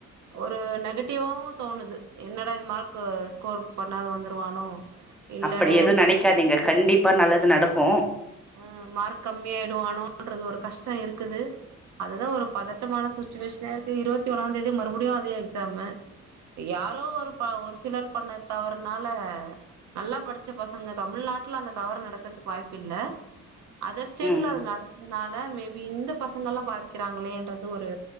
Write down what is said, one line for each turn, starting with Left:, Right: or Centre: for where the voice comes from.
Right: ஒரு நெகட்டிவாவு தோணுது என்னடா இது மார்க்கு ஸ்கோர் பண்ணாத வந்துருவானோ இல்ல
Centre: அப்படி எது நனைக்காதீங்க கண்டிப்பா நல்லது நடக்கு
Right: அ மார்க் கம்மியாயிடுவானோன்றது ஒரு கஷ்டோ இருக்குது அதுதா ஒரு பதட்டமான சுச்சுவேஷன இருக்கு இருவத்தி ஒன்னாதேதி மறுபடியு அதே எக்ஸாமு யாரோ ஒரு ப ஒரு சிலர் பண்ண தவறுனால நல்லா படிச்ச பசங்க தமிழ்நாட்ல அந்த தவறு நடக்கறதுக்கு வாய்ப்பு இல்ல அதர் ஸ்டேட்ல
Centre: ம்
Right: அது நடக்குறனால மேபி இந்த பசங்கள்ல்லா பாதிக்கிறாங்களேன்றது ஒரு